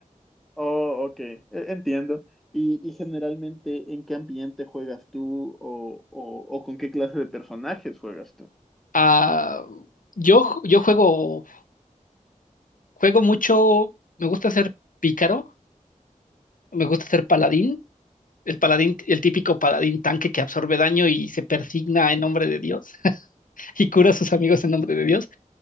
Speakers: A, in the centre; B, on the left.
A: Oh, ok. E- Entiendo. Y, y generalmente, ¿en qué ambiente juegas tú o, o, o con qué clase de personajes juegas tú?
B: Ah, yo, ju- yo juego, juego mucho, me gusta ser pícaro, me gusta ser paladín. El paladín, el típico paladín tanque que absorbe daño y se persigna en nombre de Dios <laughs> y cura a sus amigos en nombre de Dios.